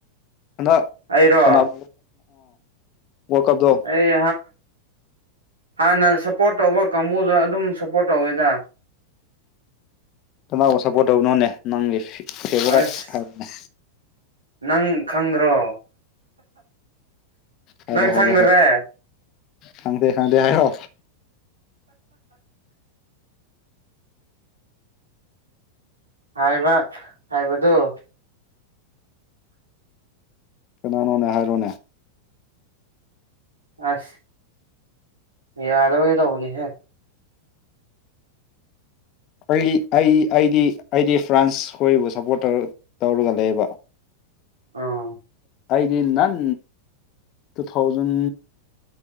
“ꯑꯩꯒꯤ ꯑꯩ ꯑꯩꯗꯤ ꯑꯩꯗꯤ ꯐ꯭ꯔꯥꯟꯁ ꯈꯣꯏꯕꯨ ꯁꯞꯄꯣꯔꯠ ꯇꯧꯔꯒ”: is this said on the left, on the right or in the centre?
Left